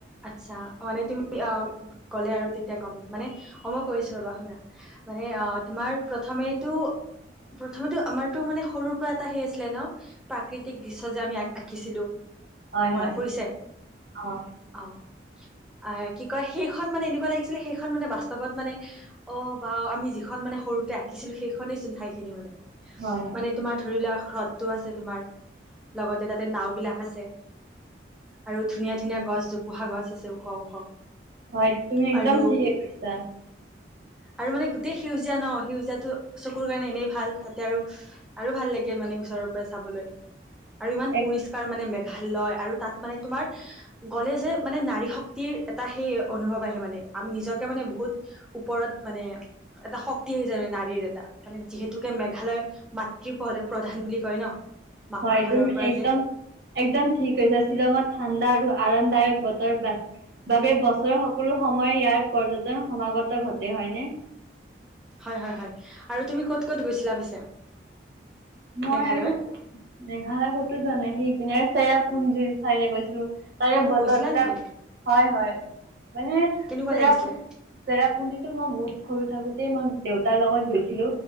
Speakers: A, in the centre; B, on the right.
A: আচ্ছা মানে তুমি অ গ'লে আৰু তেত এতিয়া গ'ম মানে অ মই কৈছো ৰবা শুনা মানে অ তোমাৰ প্ৰথমেটো প্ৰথমে আমাৰতো মানে সৰুৰ পৰা এটা সেই আছিলে ন প্ৰাকৃতিক দৃশ্য যে আমি আঁকিছিলো
B: হয়
A: মনত
B: হয়
A: পৰিছে
B: অ'।
A: অ আৰ কি কয় সেইখন মানে এনেকুৱা লাগিছিলে সেইখন মানে বাস্তৱত মানে অ বা আমি যিখন মানে সৰুতে আঁকিছিলো সেইখনেইচোন ঠাইখিনি মানে।
B: হয় হয়
A: মানে তোমাৰ ধৰিলা হ্ৰদ টো আছে তোমাৰ, লগতে তাতে নাও বিলাক আছে আৰু ধুনীয়া ধুনীয়া গছ জোপোহা গছ আছে ওখ ওখ।
B: হয় তুমি একদম
A: আৰু
B: ঠিকে কৈছা।
A: আৰু মানে গোটেই সেউজীয়া ন সেউজীয়াটো চকুৰ কাৰণে এনেই ভাল তাতে আৰু আৰু ভাল লাগে মানে ওচৰৰ পৰা চাবলৈ। আৰু ইমান
B: এক
A: পৰিষ্কাৰ মানে মে ভাল লয় আৰু তাত মানে তোমাৰ গ'লে যে মানে নাৰী শক্তিৰ এটা সেই অনুভৱ আহে মানে আমি নিজকে মানে বহুত ওপৰত মানে এটা শক্তি আহ যায় মানে নাৰীৰ এটা মানে যিহেতুকে মেঘালয় মাতৃ প্ৰধান বুলি কয় ন। মাকৰ
B: হয়
A: ফালৰ
B: তোম
A: পৰা
B: একদম
A: যে
B: একদম ঠিক কৈছা শ্বিলঙত ঠাণ্ডা আৰু আৰামদায়ক বতৰ বা বাবে বছৰৰ সকলো সময় ইয়াৰ পৰ্যটন সমাগত ঘটে হয়নে?
A: হয় হয় হয় আৰু তুমি ক'ত ক'ত গৈছিলা পিছে?
B: মই
A: মেঘালয়ৰ
B: আৰু মেঘালয় কতো যোৱা নাই সিপিনে চেৰাপুঞ্জী চাইডে গৈছিলো। তাৰে
A: অ
B: বতৰবিলাক,
A: গৈছিলা নেকি
B: হয় হয়। মানে
A: কেনেকুৱা
B: চেৰাপুঞ্জি
A: লাগিছিলে
B: চেৰাপুঞ্জি সে মই বহুত সৰু থাকোতেই মই দেউতাৰ লগত গৈছিলো।